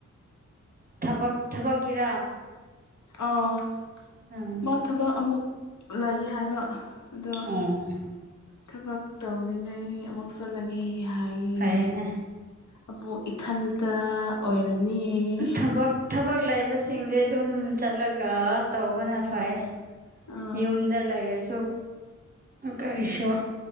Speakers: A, on the right; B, on the left.
A: ꯊꯕ ꯊꯕꯛꯀꯤꯔꯥ
B: ꯑꯥ
A: ꯎꯝ
B: ꯃꯥ ꯊꯕꯛ ꯑꯃꯨꯛ ꯂꯩꯒꯦ ꯍꯥꯏꯕ ꯑꯗꯣ
A: ꯑꯣ
B: ꯊꯕꯛ ꯇꯧꯅꯤꯡꯉꯥꯏ ꯑꯃꯨꯛ ꯊꯣꯛꯆꯜꯂꯒꯦ ꯍꯥꯏꯌꯦ
A: ꯐꯩꯅꯦ
B: ꯑꯃꯨꯛ ꯏꯊꯟꯇ ꯑꯣꯏꯔꯅꯤꯌꯦ
A: ꯊꯕꯛ ꯊꯕꯛ ꯂꯩꯕꯁꯤꯡꯗꯤ ꯑꯗꯨꯝ ꯆꯠꯂꯒ ꯇꯧꯕꯅ ꯐꯩ
B: ꯑꯥ
A: ꯌꯨꯝꯗ ꯂꯩꯔꯁꯨ ꯀꯔꯤꯁꯨ